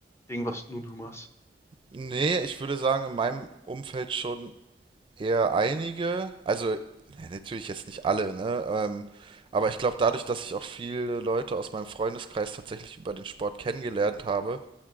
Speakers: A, on the left (about 15°); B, on the right (about 30°).
A: Ding, was nur du machst?
B: Nee, ich würde sagen, in meinem Umfeld schon eher einige. Also, ja, natürlich jetzt nicht alle, ne? Ähm, aber ich glaube, dadurch, dass ich auch viele Leute aus meinem Freundeskreis tatsächlich über den Sport kennengelernt habe,